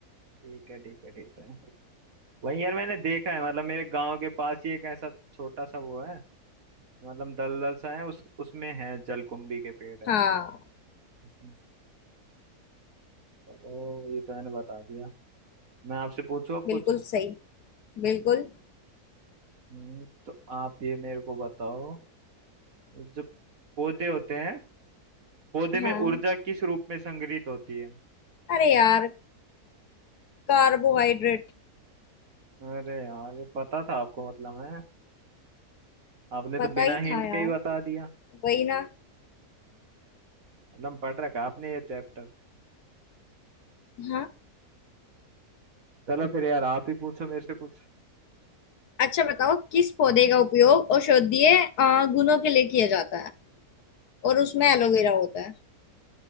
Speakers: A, on the right (about 60°); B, on the left (about 80°).
A: ठीक है ठीक है ठीक है वही यार मैंने देखा है मतलब मेरे गांव के पास ही एक ऐसा छोटा सा वो है मतलब दलदल सा है उस उसमें है जलकुंभी के पेड़ है
B: हाँ
A: हम्म। चलो ये तो मैंने बता दिया मैं आपसे पूछूं अब कुछ
B: बिल्कुल सही बिल्कुल
A: हम्म, तो आप ये मेरे को बताओ जो पौधे होते हैं पौधे में
B: हाँ
A: ऊर्जा किस रूप में संग्रहित होती है
B: अरे यार कार्बोहाइड्रेट
A: अरे यार ये पता था आपको मतलब है आपने तो
B: पता
A: बिना
B: ही
A: हिंट
B: था यार
A: के ही बता दिया
B: वही ना
A: मतलब पढ़ रखा है आपने ये चैप्टर
B: हाँ
A: चलो फिर यार आप ही पूछो मेरे से कुछ
B: अच्छा बताओ किस पौधे का उपयोग औषधीय अ, गुणों के लिए किया जाता है और उसमें एलोवेरा होता है